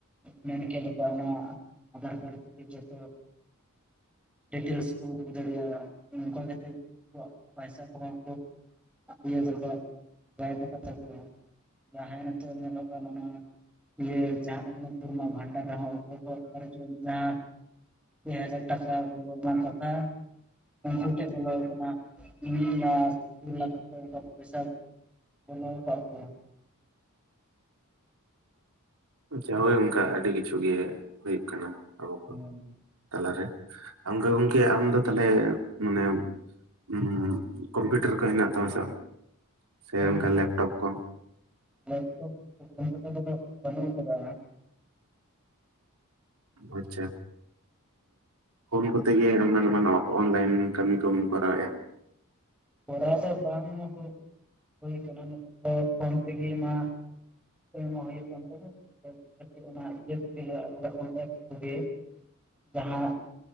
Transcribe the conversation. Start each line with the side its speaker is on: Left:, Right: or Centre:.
Centre: ᱢᱮᱱ ᱠᱮᱜ ᱞᱮᱠᱟ ᱚᱱᱟ ᱟᱫᱷᱟᱨ ᱠᱟᱨᱰ ᱛᱮ ᱜᱮ ᱡᱚᱛᱚ ᱰᱤᱴᱮᱞᱥ ᱠᱚ ᱩᱰᱩᱠ ᱫᱟᱲᱮᱭᱟᱜᱼᱟ ᱱᱚᱝᱠᱟ ᱠᱟᱛᱮ ᱜᱮ ᱩᱱᱠᱩ ᱠᱚᱣᱟᱜ ᱯᱚᱭᱥᱟ ᱠᱚᱦᱚᱸ ᱠᱚ ᱤᱭᱟᱹ ᱛᱟᱠᱚᱣᱟ, ᱜᱟᱭᱮᱵ ᱠᱟᱛᱟ ᱠᱚᱣᱟ᱾ ᱡᱟᱦᱟᱸᱭ ᱱᱤᱛᱚᱜ ᱧᱮᱞᱚᱜ ᱠᱟᱱ ᱚᱱᱟ ᱤᱭᱟᱹ ᱡᱟᱦᱟᱸ ᱚᱱᱱᱚᱯᱩᱱᱱᱚ ᱵᱷᱟᱸᱰᱟᱨ ᱨᱮᱦᱚᱸ ᱚᱠᱚᱭ ᱠᱚ ᱚᱠᱟᱨᱮ ᱪᱚᱝ ᱡᱟᱦᱟᱸ ᱯᱮ ᱦᱟᱡᱟᱨ ᱴᱟᱠᱟ ᱵᱚᱞᱚᱜ ᱨᱮᱱᱟᱜ ᱠᱟᱛᱷᱟ ᱩᱱᱠᱩ ᱴᱷᱮᱡ ᱵᱚᱞᱚ ᱠᱟᱱᱟ ᱢᱤᱫ ᱞᱟᱠᱷ ᱫᱩ ᱞᱟᱠᱷ ᱠᱟᱛᱮ ᱚᱱᱠᱟ ᱯᱚᱭᱥᱟ ᱵᱚᱞᱚ ᱠᱟᱜ ᱠᱚᱣᱟ᱾
Right: ᱟᱪᱪᱷᱟ ᱦᱳᱭ ᱚᱱᱠᱟ ᱟᱹᱰᱤ ᱠᱤᱪᱷᱩ ᱜᱮ ᱦᱳᱭᱳᱜ ᱠᱟᱱᱟ ᱟᱵᱚ ᱠᱚ
Centre: ᱦᱩᱸ᱾
Right: ᱛᱟᱞᱟᱨᱮ, ᱟᱢᱜᱮ ᱜᱚᱝᱠᱮ ᱟᱢ ᱫᱚ ᱛᱟᱞᱦᱮ ᱢᱟᱱᱮ ᱩᱸ ᱠᱚᱢᱯᱤᱭᱩᱴᱟᱨ ᱠᱚ ᱦᱮᱱᱟᱜ ᱛᱟᱢᱟ ᱥᱮ ᱵᱟᱝ? ᱥᱮ
Centre: ᱠᱚᱢᱯᱩᱴᱚᱨ
Right: ᱚᱱᱠᱟ ᱞᱮᱯᱴᱚᱯ ᱠᱚ
Centre: ᱞᱮᱯᱴᱚᱯ ᱠᱚᱢᱯᱩᱴᱚᱨ ᱠᱚᱫᱚ ᱵᱟᱹᱱᱩᱜ ᱠᱟᱫᱟ᱾
Right: ᱟᱪᱪᱷᱟ᱾ ᱯᱷᱳᱱ ᱠᱚᱛᱮ ᱜᱮ ᱢᱮᱱ ᱜᱟᱱᱚᱜ-ᱟ ᱚᱱᱞᱟᱭᱤᱱ ᱠᱟᱹᱢᱤ ᱠᱚᱢ ᱠᱚᱨᱟᱣᱮᱜᱼᱟ᱾
Centre: ᱠᱚᱨᱟᱣ ᱫᱚ ᱵᱟᱝ ᱦᱩᱭ ᱦᱩᱭ ᱠᱟᱱᱟ ᱱᱤᱛᱚᱜ ᱫᱚ ᱯᱷᱳᱱ ᱛᱮᱜᱮ ᱢᱟ ᱠᱟᱹᱢᱤ ᱢᱟ ᱦᱩᱭᱩᱜ ᱠᱟᱱ ᱛᱟᱦᱮᱱᱟ <inaudible> ᱚᱱᱟ ᱤᱭᱟᱹ ᱠᱚᱜᱮᱞᱮ <inaudible> ᱡᱟᱦᱟᱸ